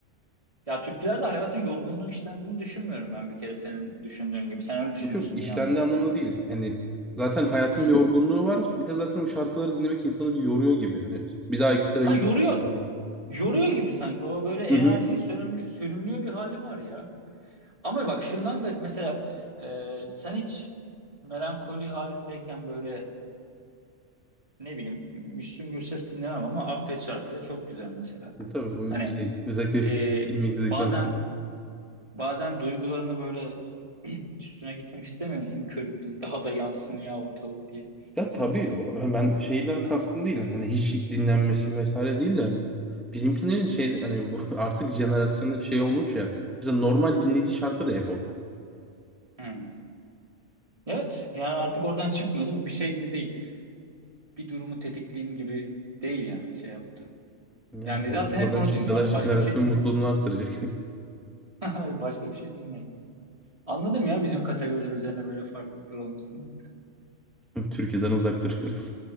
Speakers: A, on the right; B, in the centre.
A: Ya türküler de hayatın yorgunluğu işlendiğini düşünmüyorum ben bir kere senin düşündüğün gibi. Sen öyle düşünüyorsun
B: Yok yok işlendiği
A: diye anladım.
B: anlamda değil. Yani zaten hayatın
A: İs-
B: bir yorgunluğu var. Bir de zaten o şarkıları dinlemek insanı bir yoruyor gibi. Hani bir daha ekstra
A: Ha
B: yük.
A: yoruyor.
B: yapma diye.
A: yoruyor gibi sanki. O böyle enerjiyi
B: Hı hı.
A: sönümlü, sönümlüyor bir hali var ya. Ama bak şundan da mesela e, sen hiç melankoli halindeyken böyle ne bileyim Müslüm Gürses dinlemem ama Affet şarkısı çok güzel mesela.
B: Tabii bu
A: Hani
B: şey özellikle fi-
A: e,
B: filmi izledikten
A: bazen
B: sonra.
A: bazen duygularını böyle <clears throat> üstüne gitmek istemiyor körüklü daha da yansın ya ortalık diye.
B: Ya tabii hani ben şeyden kastım değil. Hani hiç dinlenmesi vesaire değil de bizimkilerin şey hani bu <laughs> artık jenerasyonda şey olmuş ya. Mesela normal dinlediği şarkı da hep o.
A: Hmm. Evet yani artık oradan çıkmıyor değil mi? Bir şey gibi değil. Bir durumu tetikleyeyim gibi değil yani şey yaptı.
B: Ya
A: Yani
B: belki
A: zaten
B: de
A: hep
B: oradan
A: onu
B: çıksalar
A: dinliyor. Artık
B: jenerasyon
A: başka bir şey dinle.
B: mutluluğunu arttıracak.
A: <laughs> Başka bir şey dinlemiyor. Anladım ya bizim kategoriler üzerine böyle farklılıklar olmasını.
B: <laughs> Türkiye'den uzak duruyoruz.